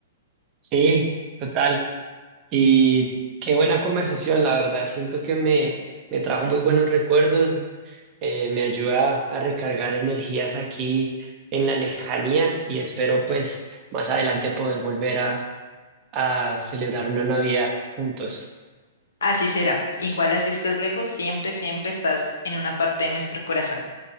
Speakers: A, on the right (about 35°); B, on the left (about 80°).
A: Sí, total. Y qué buena conversación, la verdad. Siento que me, me trajo muy buenos recuerdos, eh, me ayuda a recargar energías aquí en la lejanía y espero pues más adelante poder volver a, a celebrar una Navidad juntos.
B: Así será. Igual así estés lejos, siempre, siempre estás en una parte de nuestro corazón.